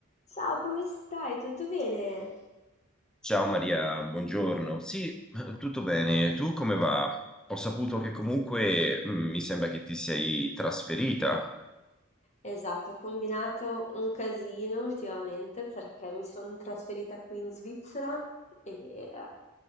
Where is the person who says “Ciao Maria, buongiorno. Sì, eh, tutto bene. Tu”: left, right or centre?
Centre